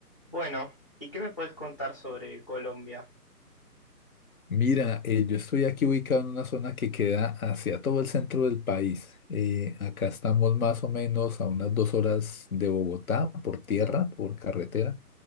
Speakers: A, on the left; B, on the left.
A: Bueno, ¿y qué me puedes contar sobre Colombia?
B: Mira, eh, yo estoy aquí ubicado en una zona que queda hacia todo el centro del país. Eh, acá estamos más o menos a unas dos horas de Bogotá por tierra, por carretera,